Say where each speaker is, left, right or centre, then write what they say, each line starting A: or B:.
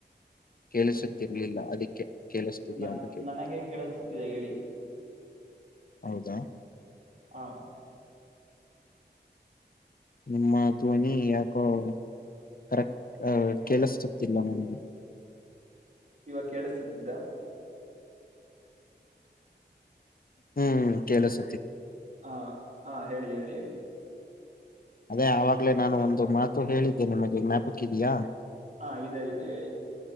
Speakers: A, on the left (about 55°); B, on the right (about 40°).
A: ಕೇಳಿಸುತ್ತೇ ಇಲ್ಲ ಅದಕ್ಕೆ ಕೇಳಿಸ್ತಿದ್ಯಾಾ
B: ನನ್
A: ಅಂತ ಕೇಳು
B: ನನಗೆ ಕೇಳಿಸುತ್ತಿದೆ ಹೇಳಿ
A: ಹೌದಾ
B: ಹಾ
A: ನಿಮ್ಮ ಧ್ವನಿ ಯಾಕೋ ಕರೆಕ್ ಆ ಕೇಳಿಸತಿಿಲ್ಲ ನನಗೆ
B: ಇವ ಕೇಳಸತ್ತಿದ್ದ
A: ಹ್ಮ್ ಕೆಲಸ
B: ಹಾ ಹಾ ಹೇಳಿ ಹೇಳಿ ಹೇಳಿ
A: ಅದೇ ಆವಾಗ್ಲೇ ನಾನು ಒಂದು ಮಾತು ಹೇಳಿದ್ದೆ ನಮಗೆ ಜ್ಞಾಪಕ ಇದಯಾ
B: ಹಾ ಇದೆ ಇದೆ ಹೇಳಿ